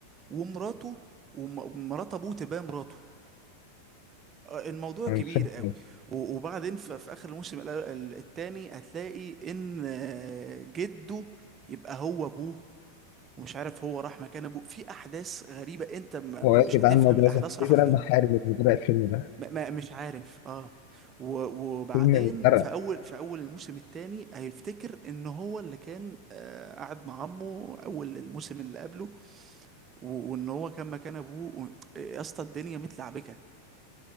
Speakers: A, on the right; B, on the left.
A: ومراته ومرات ابوه تبقى مراته الموضوع
B: انا
A: كبير
B: مش فاهم
A: قوي
B: شوية.
A: و- وبعدين ف- في اخر الموسم ال- ال- التاني هتلاقي ان آه، جده يبقى هو ابوه ومش عارف هو راح مكان ابوه في احداث غريبة انت ما
B: هو
A: ما-
B: ايه
A: مش
B: يا جدعان
A: هتفهم
B: الموضوع
A: الاحداث
B: مثلا
A: رايحة
B: ايه سبب
A: فين
B: المحارب اللي بدأ الفيلم ده؟
A: ما ما- مش عارف اه و- وبعدين
B: فيلم متفرق
A: في اول في اول الموسم التاني هيفتكر ان هو اللي كان آه، قاعد مع عمه اول الموسم اللي قبله و- وان هو كان مكان ابوه و- يا اسطى الدنيا متلعبكه